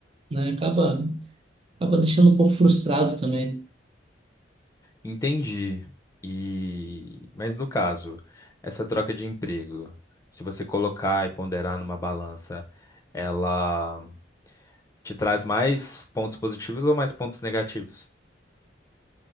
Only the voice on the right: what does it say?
né? Acaba, acaba deixando um pouco frustrado também.